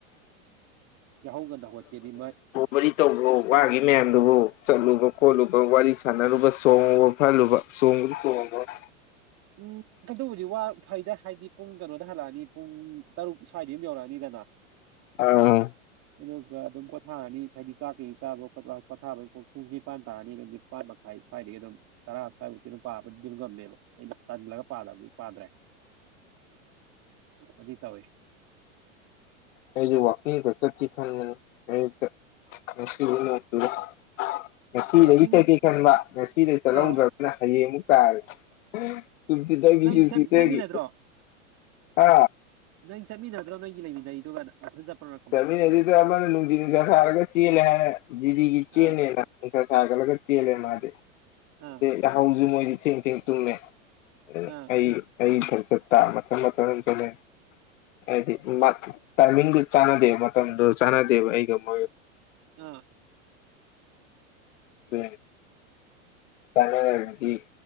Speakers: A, on the right; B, on the left.
A: ꯌꯥꯍꯧ ꯉꯟꯅ ꯍꯧꯒꯠꯀꯦꯗꯤ ꯃꯥꯏ
B: ꯋꯥꯔꯤ ꯇꯧꯕ꯭ꯔꯣ ꯋꯥꯒꯤ ꯃꯌꯥꯝꯗꯨꯕꯣ ꯆꯠꯂꯨꯕ ꯈꯣꯠꯂꯨꯕ ꯋꯥꯔꯤ ꯁꯥꯟꯅꯔꯨꯕ ꯁꯣꯡꯉꯨꯕ ꯐꯜꯂꯨꯕ꯫ ꯆꯣꯡꯕꯨꯗꯤ ꯆꯣꯡꯕꯔꯣ
A: ꯎꯝ ꯑꯗꯨꯕꯨꯗꯤ ꯋꯥ ꯐꯩꯗ ꯍꯥꯏꯗꯤ ꯄꯨꯡ ꯀꯩꯅꯣꯗ ꯍꯜꯂꯛꯑꯅꯤ ꯄꯨꯡ ꯇꯔꯨꯛ ꯁ꯭ꯋꯥꯏꯗ ꯌꯨꯝ ꯌꯧꯔꯛꯑꯅꯤꯗꯅ꯫
B: ꯑ꯬꯬꯬
A: ꯑꯗꯨꯒ ꯑꯗꯨꯝ ꯄꯣꯊꯥꯔꯅꯤ ꯍꯥꯏꯗꯤ ꯆꯥꯛ ꯀꯩ ꯆꯥꯕ ꯈꯣꯠꯄ ꯄꯣꯊꯥꯕꯒꯤ ꯄꯨꯡ ꯄꯨꯡ ꯅꯤꯄꯥꯟ ꯇꯥꯔꯅꯤ ꯑꯗꯨꯗꯤ ꯅꯤꯄꯥꯥꯟ ꯃꯈꯥꯏ ꯁ꯭ꯋꯥꯏꯗꯒꯤ ꯑꯗꯨꯝ ꯇꯔꯥ ꯁ꯭ꯋꯥꯏꯃꯨꯛꯇꯤ ꯑꯗꯨꯝ ꯄꯥꯕꯗꯤ ꯑꯗꯨꯝ ꯉꯝꯃꯦꯕ ꯑꯩꯅ ꯇꯜꯂꯒ ꯄꯥꯗꯕꯗꯤ ꯄꯥꯗ꯭ꯔꯦ ꯑꯗꯨꯏ ꯇꯧꯋꯦ
B: ꯑꯩꯁꯨ ꯋꯥꯥꯛꯀꯤꯡ ꯆꯠꯀꯦ ꯈꯟꯕꯅꯦ ꯑꯩꯌꯨꯛꯇ ꯉꯁꯤꯃꯨꯛ ꯅꯣꯡ ꯆꯨꯔꯦ ꯉꯁꯤꯗꯒꯤ
A: ꯋꯥꯛꯀꯤꯡꯒꯨꯝ
B: ꯆꯠꯀꯦ ꯈꯟꯕ ꯉꯁꯤꯗꯤ ꯆꯠꯍꯧꯗ꯭ꯔꯕꯅꯤꯅ
A: ꯑ
B: ꯍꯌꯦꯡꯃꯨꯛ ꯇꯥꯔꯦ ꯁꯨꯝ ꯊꯦꯡꯗꯒꯤ
A: ꯅꯪ
B: ꯁꯨꯝ ꯊꯦꯡꯗꯒꯤ
A: ꯆꯠꯃꯤꯟꯅꯗ꯭ꯔꯣ
B: ꯍꯥ꯬꯬꯬꯬
A: ꯅꯪ ꯆꯠꯃꯤꯟꯅꯗ꯭ꯔꯣ ꯅꯣꯏꯒꯤ ꯂꯩꯃꯤꯟꯅꯩꯗꯨꯒ ꯅꯊꯟ ꯆꯠꯄ꯭ꯔꯣ ꯅꯪ
B: ꯆꯠꯃꯤꯟꯅꯗꯦꯗꯥ ꯑꯃꯅ ꯅꯪꯗꯤꯜꯒ ꯍꯔꯥꯒ ꯆꯦꯜꯂꯦ ꯍꯥꯏꯔꯦ꯫ ꯖꯤꯗꯤꯒꯤ ꯆꯦꯜꯅꯦꯅ
A: ꯑꯥ
B: ꯅꯨꯡꯁ ꯁꯒꯠꯂꯒ ꯆꯦꯟꯂꯦ ꯃꯥꯗꯤ
A: ꯑꯥ
B: ꯌꯍꯧꯁꯨ ꯃꯣꯏꯗꯤ ꯊꯦꯡ ꯊꯦꯡ ꯇꯨꯝꯃꯦ ꯑꯗꯨꯅ
A: ꯑꯥ
B: ꯑꯩ ꯑꯩ ꯏꯊꯟ ꯆꯠꯇ ꯃꯊꯪ ꯃꯊꯪ ꯆꯠꯂꯦ ꯏꯩꯗꯤ ꯃꯥ ꯇꯥꯏꯃꯤꯡ ꯆꯥꯟꯅꯗꯦꯕ ꯃꯇꯝꯗꯨ ꯆꯥꯟꯅꯗꯦꯕ ꯑꯩꯒ ꯃꯣꯏꯒ
A: ꯑꯥ
B: ꯎ ꯀꯥꯟꯅꯔꯒꯗꯤ